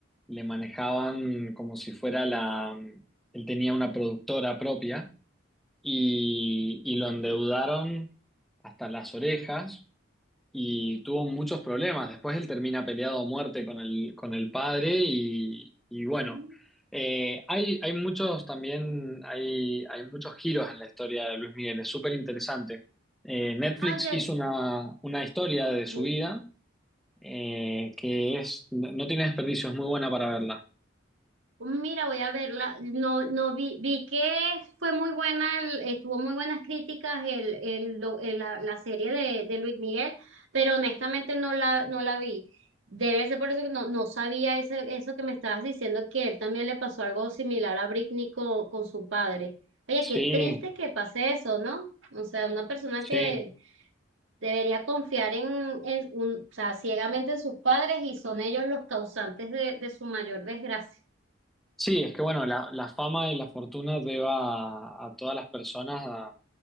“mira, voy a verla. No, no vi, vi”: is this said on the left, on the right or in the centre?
Right